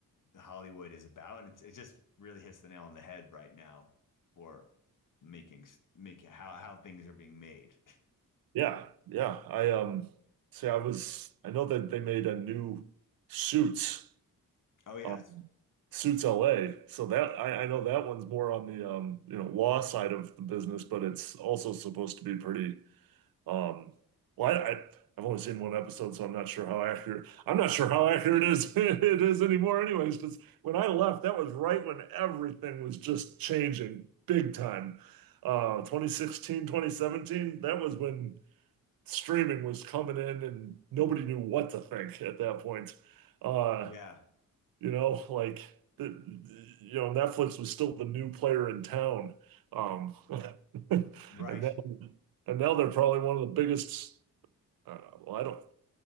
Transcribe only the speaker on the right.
Yeah, yeah. I um see, I was I know that they made a new Suits.
um, Suits LA. So that I, I know that one's more on the um, you know, law side of the business, but it's also supposed to be pretty um well I, I I've only seen one episode, so I'm not sure how accurate I'm not sure how accurate it is <laughs> it is anymore anyways, because when I left, that was right when everything was just changing big time. Uh 2016, 2017, that was when streaming was coming in and nobody knew what to think at that point. Uh
you know, like the, the- you know, Netflix was still the new player in town. Um, <laughs> and
then and now they're probably one of the biggest. Uh, well, I don't